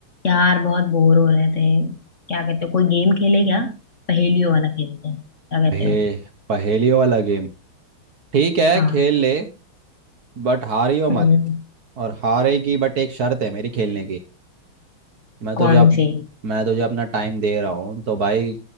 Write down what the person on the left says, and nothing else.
यार बहुत बोर हो रहे थे क्या कहते हो कोई गेम खेले क्या पहेलियों वाला खेलते हैं क्या
कहते हो
हाँ
हम्म
कौन
सी